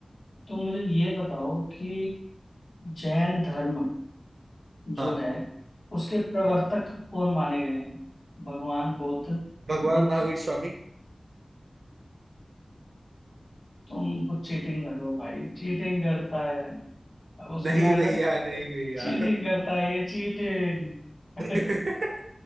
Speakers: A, on the left (about 80°); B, on the right (about 85°).
A: तो मुझे ये बताओ कि जैन धर्म जो
B: हाँ
A: है उसके प्रवर्तक
B: हाँ
A: कौन माने गए हैं भगवान बुद्ध
B: भगवान
A: बुद्ध
B: महावीर स्वामी <laughs>
A: तुम कुछ चीटिंग कर रहे हो भाई चीटिंग करता है वो सुना
B: नहीं
A: है
B: भैया
A: ना
B: नहीं भैया
A: चीटिंग करता है ये चीटिंग <laughs>
B: <laughs>